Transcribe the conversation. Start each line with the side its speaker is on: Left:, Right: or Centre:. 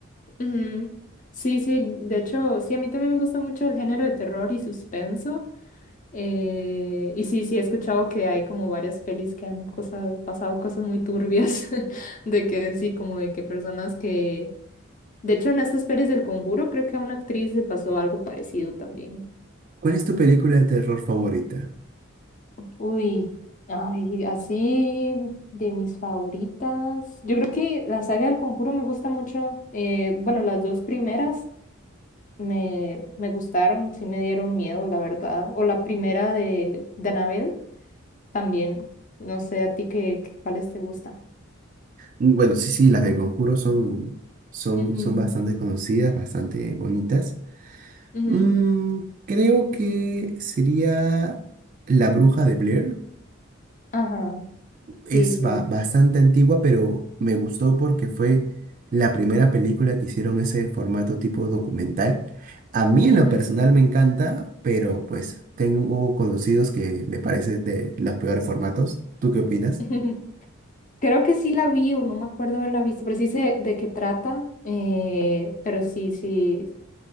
Left: ujú. Sí, sí, de hecho, sí, a mí también me gusta mucho el género de terror y suspenso. Eh, y sí, sí, he escuchado que hay como varias pelis que han cosas, pasado cosas muy turbias, <laughs> de que sí, como de que personas que... De hecho, en estas pelis del Conjuro creo que a una actriz le pasó algo parecido también.
Right: ¿Cuál es tu película de terror favorita?
Left: Uy, ay, así de mis favoritas. Yo creo que la saga del Conjuro me gusta mucho. eh, bueno, las dos primeras me, me gustaron, sí me dieron miedo, la verdad. O la primera de, de Annabelle. también. No sé a ti qué, qué- cuáles te gustan.
Right: Mm, Bueno, sí, sí, las del Conjuro son, son,
Left: Ujú,
Right: son bastante conocidas, bastante bonitas.
Left: ujú,
Right: Mm, creo que sería La Bruja de Blair.
Left: Ajá,
Right: Es
Left: sí, sí.
Right: ba- bastante antigua, pero me gustó porque fue la primera película que hicieron ese formato tipo documental. A mí en
Left: ujú.
Right: lo personal me encanta, pero pues tengo conocidos que le parece de los peores formatos. ¿Tú qué opinas?
Left: <laughs> Creo que sí la vi o no me acuerdo de la vista, pero sí sé de qué trata. eh, pero sí, sí,